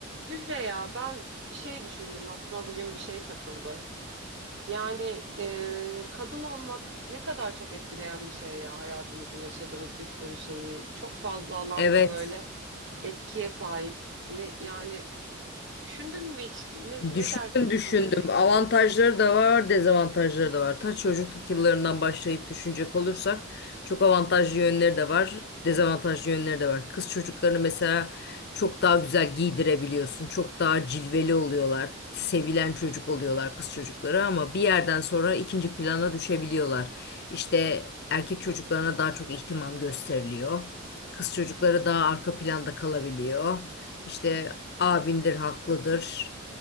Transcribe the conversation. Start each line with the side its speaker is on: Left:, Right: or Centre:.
Right: Zühre ya ben bir şey düşündüm aklıma bugün bir şey takıldı. Yani e, kadın olmak ne kadar çok etkileyen bir şey ya hayatımızı yaşadığımız bir sürü şeyi çok fazla alanda
Left: Evet.
Right: böyle etkiye sahip. Ne, yani düşündün mü hiç ne,
Left: Düşündüm
Right: ne dersin
Left: düşündüm.
Right: bu konuyla ilgili?
Left: Avantajları da var, dezavantajları da var. Ta çocukluk yıllarından başlayıp düşünecek olursak çok avantajlı yönleri de var, dezavantajlı yönleri de var. Kız çocuklarını mesela çok daha güzel giydirebiliyorsun. Çok daha cilveli oluyorlar. Sevilen çocuk oluyorlar kız çocukları ama bir yerden sonra ikinci plana düşebiliyorlar. İşte erkek çocuklarına daha çok ihtimam gösteriliyor. Kız çocukları daha arka planda kalabiliyor. İşte abindir, haklıdır.